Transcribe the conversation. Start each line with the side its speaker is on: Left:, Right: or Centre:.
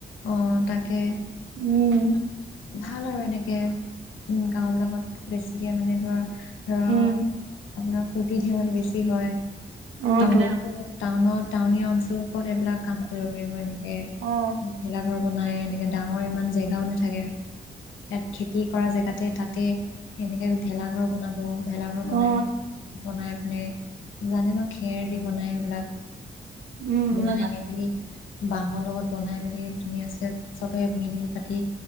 Left: অ, তাকে
Right: উম
Left: ভাল আৰু এনেকে উ গাও বিলাকত বেছিকে মানে ধৰা ধৰক
Right: উম
Left: আপোনাৰ ফুৰ্তি ধেমালি বেছি হয়,
Right: অ
Left: টাউন
Right: তো
Left: টাউনত টাউনীয়া অঞ্চলত কত এইবিলাক কাম কৰিব পাৰিব এনেকে
Right: অ
Left: ভেলাঘৰ বনাই ডাঙৰ ইমান জেগাও নাথাকে ইয়াত খেতি কৰা জেগাতে, তাতে সেনেকে ভেলাঘৰ বনাব, ভেলাঘৰ
Right: অ
Left: বনাই বনাই নে? জানে ন খেৰ দি বনাই সেইবিলাক
Right: উম
Left: বনাই
Right: উম
Left: মেলি বাঁহৰ লগত বনাই মেলি ধুনীয়া সে চবে মিলি পাতি